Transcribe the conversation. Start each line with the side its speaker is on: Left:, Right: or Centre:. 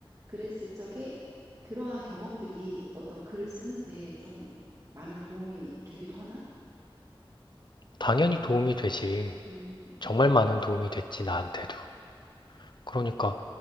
Right: 그랬을 적에 그러한 경험들이 어떤 글을 쓰는데 좀 많은 도움이 되기도 하나?
Left: 당연히 도움이 되지.
Right: 음.
Left: 정말 많은 도움이 됐지, 나한테도. 그러니까,